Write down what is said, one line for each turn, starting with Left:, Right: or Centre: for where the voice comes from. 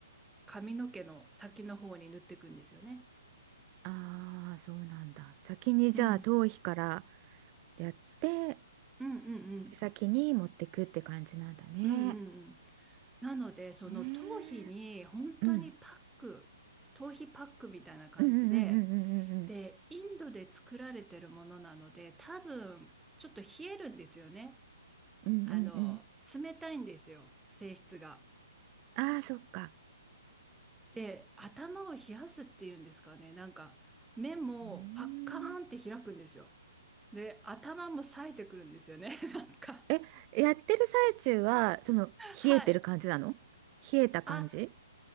Centre: 髪の毛の先の方に塗っていくんですよね。
Right: ああー、そうなんだ。先にじゃあ頭皮から
Centre: うん。
Right: やって、
Centre: うんうんうん。
Right: 先に持ってくって感じなんだね。
Centre: うんうんうん。なので、その頭皮に本当にパック、
Right: ええうん。
Centre: 頭皮パックみたいな感じで、
Right: うんうんうんうんうん
Centre: で、インドで作られてるものなので、多分、ちょっと冷えるんですよね。
Right: うんうんうんうん
Centre: あの、冷たいんですよ、性質が。
Right: ああー、そっか。
Centre: で、頭を冷やすっていうんですかね。なんか、目もパッカーンって開くんですよ。
Right: うーん。
Centre: で、頭も冴えてくるんですよね。<laughs> なんか、
Right: え、やってる最中は、その、
Centre: はい。
Right: 冷えてる感じなの冷えた感じ
Centre: あ、